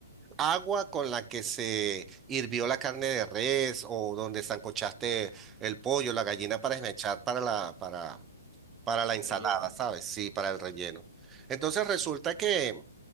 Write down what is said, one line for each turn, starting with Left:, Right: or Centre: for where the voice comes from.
Right: agua con la que se hirvió la carne de res o donde sancochaste el pollo, la gallina
Left: ah,
Right: para esmechar para la, para, para la
Left: al
Right: ensalada,
Left: relleno, ¿no?
Right: ¿sabes? Sí, para el relleno. Entonces resulta que,